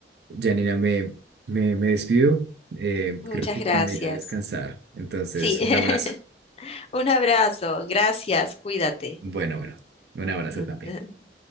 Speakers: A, on the right; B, on the left.
A: Janina, me, me, me despido. Eh,
B: Muchas
A: creo que
B: gracias.
A: ya me iré a descansar. Entonces,
B: Sí.
A: un
B: <laughs>
A: abrazo.
B: Un abrazo. Gracias. Cuídate.
A: Bueno, bueno. Un abrazo
B: <laughs>
A: también.